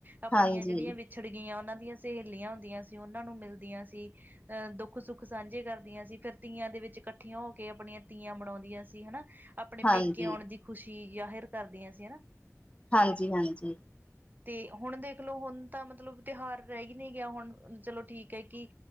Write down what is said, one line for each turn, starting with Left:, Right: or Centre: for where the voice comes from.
Right: ਆਪਣੀਆ
Left: ਹਾਂਜੀ
Right: ਜਿਹੜੀਆਂ ਛੜ ਗਈਆ, ਉਹਨਾਂ ਦੀਆਂ ਸਹੇਲੀਆਂ ਹੁੰਦੀਆ ਸੀ, ਉਹਨਾਂ ਨੂੰ ਮਿਲਦੀਆ ਸੀ, ਅਹ ਦੁੱਖ ਸੁੱਖ ਸਾਂਝੇ ਕਰ ਸੀ ਫਿਰ ਤੀਆਂ ਦੇ ਵਿੱਚ ਇਕੱਠੀਆਂ ਹੋ ਕੇ ਆਪਣੀਆਂ ਤੀਆਂ ਬਣਾਉਂਦੀਆਂ ਸੀ, ਹਨਾ ਆਪਣੇ
Left: ਹਾਂਜੀ
Right: ਪੇਕੇ ਆਉਣ ਦੀ ਖੁਸ਼ੀ ਜਾਹਿਰ ਕਰਦੀਆਂ ਸੀ ਹਨਾ
Left: ਹਾਂਜੀ-ਹਾਂਜੀ।
Right: ਤੇ ਹੁਣ ਦੇਖਲੋ ਹੁਣ ਤਾਂ ਮਤਲਬ ਤਿਉਹਾਰ ਰਹਿ ਹੀ ਨਹੀਂ ਗਿਆ, ਹੁਣ ਚਲੋ ਠੀਕ ਹੈ ਕਿ